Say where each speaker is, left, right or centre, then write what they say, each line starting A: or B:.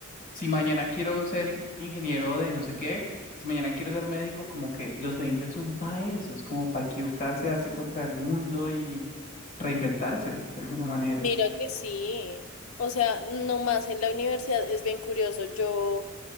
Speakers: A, on the left; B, on the left.
A: si mañana quiero ser ingeniero de no sé qué, si mañana quiero ser médico, como que los 20 son para eso, es como para equivocarse, darse contra el mundo y reinventarse de alguna manera.
B: Mira que sí. O sea, nomás en la universidad es bien curioso. Yo